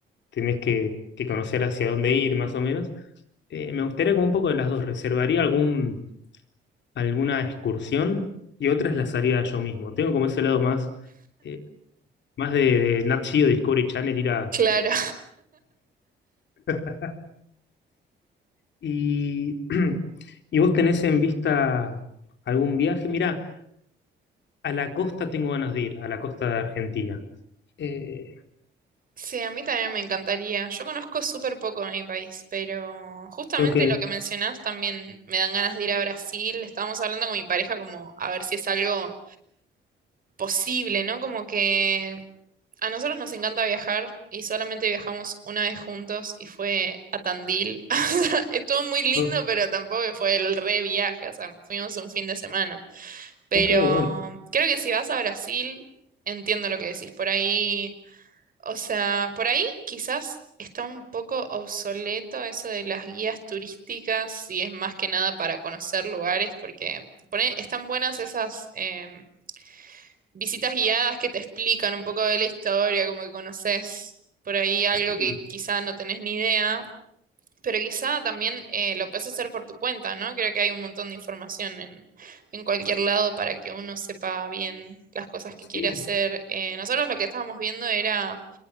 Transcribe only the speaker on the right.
claro.
Sí, a mí también me encantaría. Yo conozco súper poco de mi país, pero justamente
lo que mencionás también me dan ganas de ir a Brasil. Estábamos hablando con mi pareja como a ver si es algo posible, ¿no? Como que a nosotros nos encanta viajar y solamente viajamos una vez juntos y fue a Tandil. <laughs> O sea, estuvo muy lindo,
pero tampoco que fue el re viaje, o sea, fuimos un fin de semana. Pero
creo que si vas a Brasil, entiendo lo que decís por ahí. O sea, por ahí quizás está un poco obsoleto eso de las guías turísticas, si es más que nada para conocer lugares, porque pone- están buenas esas em, visitas guiadas que te explican un poco de la historia, como que conoces por ahí algo
que quizás no tenés ni idea, pero quizá también eh, lo puedes hacer por tu cuenta, ¿no? Creo que hay un montón de información en, en cualquier lado para que uno sepa bien las cosas que quiere
hacer. Eh, nosotros lo que estábamos viendo era